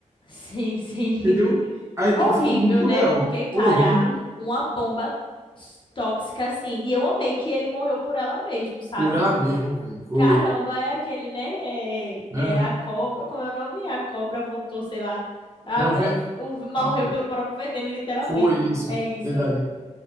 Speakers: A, on the left; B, on the right.
A: Sim, sim.
B: entendeu?
A: <laughs>
B: Aí,
A: Horrível,
B: tipo, ficou muito
A: né?
B: real.
A: Porque, cara,
B: Horrível
A: uma bomba s- tóxica assim. E eu amei que ele morreu por ela mesmo, sabe?
B: por ela mesma, velho. Foi.
A: Caramba, é aquele, né? É, é
B: Aham.
A: é a cobra. Como é o nome? A cobra voltou, sei lá. A,
B: Não, vem.
A: é, o, morreu
B: Não,
A: pelo próprio veneno, literalmente.
B: foi isso.
A: É isso.
B: Verdade.